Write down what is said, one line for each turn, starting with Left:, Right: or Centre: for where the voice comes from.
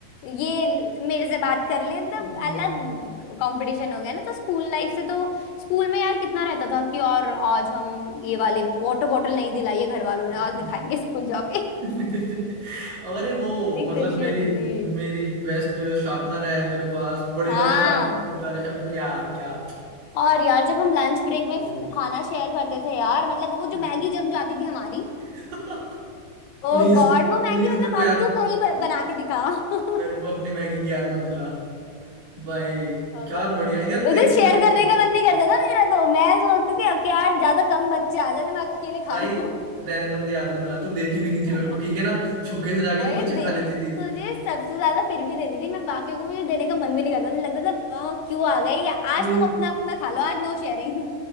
Left: ये ल- मेरे से बात कर ले मतलब
Right: <laughs>
Left: अलग कंपटीशन हो गया ना तो स्कूल लाइफ से तो स्कूल में यार कितना रहता था कि और आज हम ये वाले वाटर बॉटल नहीं दिलाई है घर वालों ने और
Right: हाँ।
Left: दिखाएंगे स्कूल जाके <laughs>
Right: <laughs> अरे वो
Left: कितनी
Right: मतलब
Left: खुशी
Right: मेरी
Left: होती थी
Right: मेरी बेस्ट शार्पनर है मेरे पास बड़े
Left: हाँ
Right: वाले शार्पनर छोटे वाले शार्पनर यार क्या
Left: और यार जब हम लंच ब्रेक में
Right: idiot
Left: फू- खाना शेयर करते थे यार मतलब वो जो
Right: है।
Left: मैगी जम जाती थी हमारी
Right: <laughs>
Left: ओ
Right: प्लीज
Left: गॉड
Right: प्लीज
Left: वो मैगी मतलब
Right: मेरे को
Left: अब
Right: याद
Left: तू कहीं ब- बना के दिखा <laughs>
Right: मेरे को अपनी मैगी की याद मत दिला भाई
Left: ओ
Right: क्या
Left: गॉड
Right: बढ़िया यार तेरी
Left: उस दिन शेयर
Right: मैगी
Left: करने
Right: बहुत
Left: का
Right: बढ़िया
Left: मन नहीं करता था मेरा तो मैं सोचती थी कि यार ज्यादा कम बच्चे आ जाए ना मैं अकेले
Right: भाई
Left: खा लूं
Right: रहने तो मुझे याद मत दिला तू देती भी नहीं
Left: <laughs>
Right: थी मेरे को ठीक है ना छुपके से जाके
Left: अरे
Right: तो पीछे
Left: दे
Right: खा लेती थी
Left: तुझे सबसे ज्यादा फिर भी देती थी मैं बाकियों को मुझे देने का मन भी नहीं करता मुझे लगता था "अ, क्यों आ गए या
Right: प्लीज
Left: आज तुम अपना अपना खा लो आज नो शेयरिंग